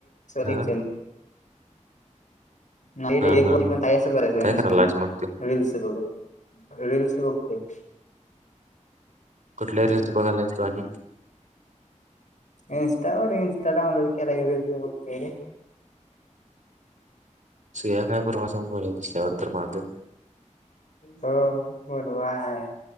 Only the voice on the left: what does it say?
एक नाही
एक
वी
पणस बर रीलस
बघ रीलस बघत
इनस्टावरर इनस्टा डउनलोड केला तोतरी
हो बोल आहे